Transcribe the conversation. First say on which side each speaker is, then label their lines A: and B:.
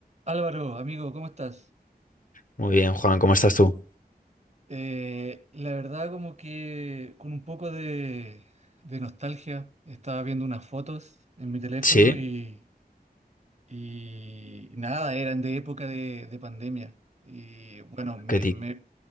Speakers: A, on the right; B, on the left.
A: Álvaro, amigo, ¿cómo estás?
B: Muy bien, Juan, ¿cómo estás tú?
A: Eh, la verdad como que con un poco de, de nostalgia estaba viendo unas fotos en mi teléfono
B: Sí,
A: y, y nada, eran de época de, de pandemia. Y bueno, me,
B: qué ti-
A: me-